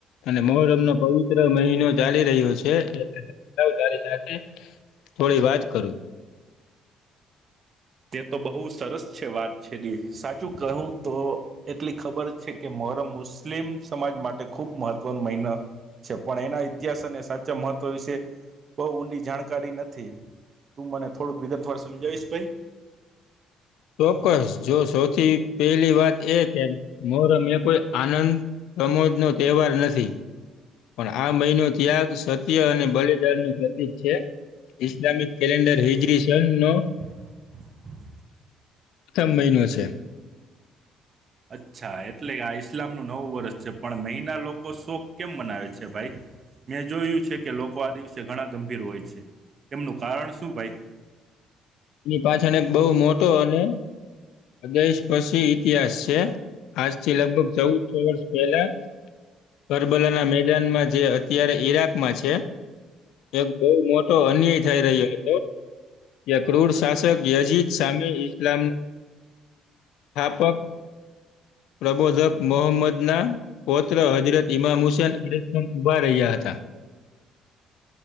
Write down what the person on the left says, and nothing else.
અને મોરમ નો પવિત્ર મહિનો ચાલી રહ્યો છે, સાથે થોડી વાત કરું.
ચોક્કસ જો સૌથી પહેલી વાત એ કે મોર એ કોઈ આનંદ પ્રમોજનો તહેવાર નથી. પણ, આ મહિનો ત્યાગ સત્ય અને બલિદાન નું પ્રતિક છે. ઇસ્લામિક કેલેન્ડર હિજરી છે નો.
પ્રથમ મહિનો છે.
એની પાછળ એક બહુ મોટો અને દેશ પછી ઇતિહાસ છે, આજ થી લગભગ ચૌદ છ વર્ષ પહેલા કરબલાના મેદાનમાં જે અત્યારે ઈરાકમાં છે. એક બહુ મોટો અન્યાય થઈ રહ્યો છે. યક્રૂર શાસક યજીત શામે ઈસ્લામ, સ્થાપક પ્રબોધક મોહમ્મદના. પૌત્ર હજરત ઈમામ હુસેન <inaudible> ઊભા રહ્યા હતા.